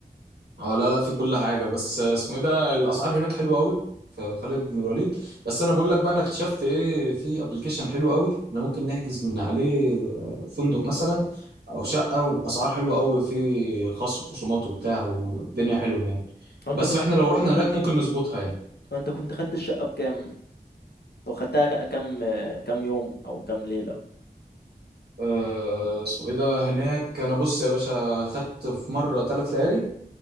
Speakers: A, on the right; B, on the left.
A: اه لا لا في كل حاجة بس اسمه ايه ده الأسعار هناك حلوة قوي في خالد بن الوليد بس أنا بقول لك بقى أنا اكتشفت ايه في ابلكيشن حلو قوي أنا ممكن نحجز من عليه آه، فندق مثلا أو شقة وأسعار حلوة قوي في خصم وخصومات وبتاع والدنيا حلوة يعني
B: هو انت
A: بس
B: كنت
A: احنا لو رحنا هناك ممكن نظبطها يعني
B: انت كنت خدت الشقة بكام وخدتها ك- كام آه، كام يوم او كام ليلة
A: آه اسمه ايه ده هناك أنا بص يا باشا خدت في مرة ثلاث ليالي